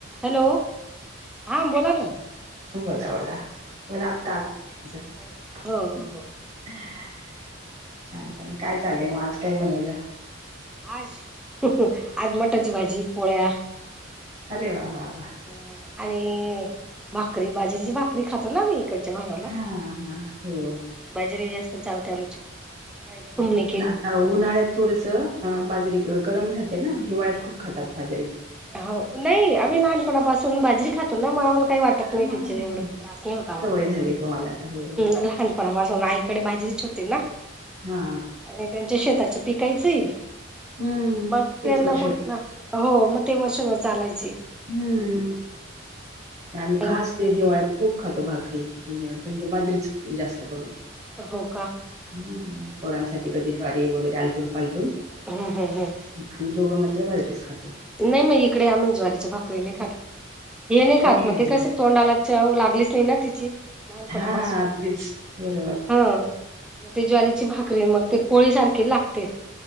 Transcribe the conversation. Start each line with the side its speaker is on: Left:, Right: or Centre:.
Centre: Hello! हा बोलान
Right: बोला, बोला, बोला आता आला
Centre: हो हो
Right: <unintelligible>
Centre: हो
Right: छान छान काय चालंय म? आज काय बनवलं?
Centre: आज, हं हं आज मटाची भाजी पोळ्या
Right: आरे वा! वा, वा
Centre: ह् आणि भाकरी बाजरीची भाकरी खातो ना आमी इकडं चमंगला
Right: हा हो
Centre: बाजरी जास्त चालते आमची <unintelligible>
Right: आता उन्हाळ्यात थोडंस बाजरी गरम राहते ना? हिवाळ्यात खूप खातात बाजरी
Centre: हावं नायी आम्ही लहानपनापासून बाजरी खातो ना म आम्हाला काही वा तट
Right: हा
Centre: नाही तिच्या एवढं त्रास नायी होत आम्हाला
Right: सवय झाली तुम्हाला आता हो
Centre: लहानपनापासून आईकडे बाजरीचं होतीना,
Right: हा
Centre: आणि त्यांच्या शेताच्या विकायचंय?
Right: हम्म
Centre: मग
Right: तेच
Centre: त्यांना
Right: वर्ष
Centre: कुठणं? हो, मग ते वर्षभर चालायचे
Right: हम्म आम्ही
Centre: आणि
Right: खास ते हिवाळ्यात खूप खातो भाकरी, म्हणजे बाजरीचं जास्त करून
Centre: हो का?
Right: हम्, पोरांसाठी
Centre: हा.
Right: कधी ज्वारी वगैरे आलटून पालटून
Centre: हम्, हं हं
Right: आम्ही दोघं मात्र बाजारीेचं खातो
Centre: नायी म इकडे आम्ही ज्वारीच्या भाकरी नायी खात हे नायी
Right: हम्म
Centre: खात म ते कस तोंडाला चव लागलीच नायी तिची लहानपणापासून
Right: हां, तेच बरोबर.
Centre: हं मग ते ज्वारी ची भाकरी मग ते पोळी सारखीच लागते